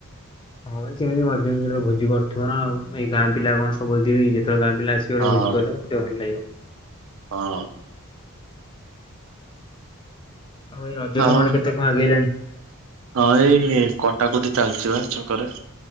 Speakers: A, on the left; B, on the right.
A: ହଁ ଭାଇ ସେମିତି ମଝିରେ ମଝି ରେ ଭୋଜି କରଥିବ ନାଉ ଏଇ ଗାଁ ପିଲା କଣ ସବୁବେଳେ ଥିବେକି ଯେତେବେଳେ ଗା ପିଲା ଆ କି
B: ହଁ।
A: ଭୋଜି ଗୋଟେ ଭଲ ଲାଗିବ।
B: ହଁ।
A: ଆଉ ଏଇ ରଜ
B: ଆଉ
A: ତମ ଆଡ଼େ କେତେ କଣ ଆଗେଇଲାଣି?
B: ହଁ ଏଇ କଟାକଟି ଚାଲଚି ପା ଛକରେ